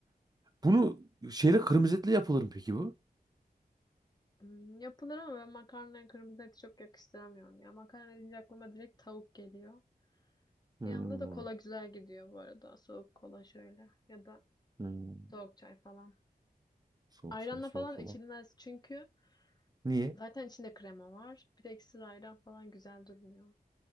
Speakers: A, on the right; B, on the left.
A: <laughs> Bunu şeyle kırmızı etle yapılır mı peki bu?
B: Hmm, yapılır ama ben makarnaya kırmızı eti çok yakıştıramıyorum ya. Makarna deyince aklıma direkt tavuk geliyor.
A: Hmm,
B: Yanında da kola güzel gidiyor bu arada. Soğuk kola şöyle. Ya da
A: hmm.
B: Soğuk çay falan.
A: Soğuk
B: Ayranla
A: çay, soğuk
B: falan
A: kola.
B: içilmez çünkü
A: Niye?
B: zaten içinde krema var. Bir de ekşili ayran falan güzel durmuyor.